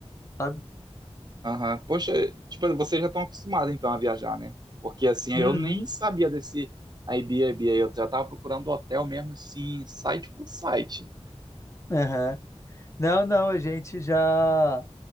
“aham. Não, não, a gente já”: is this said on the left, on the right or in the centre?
Left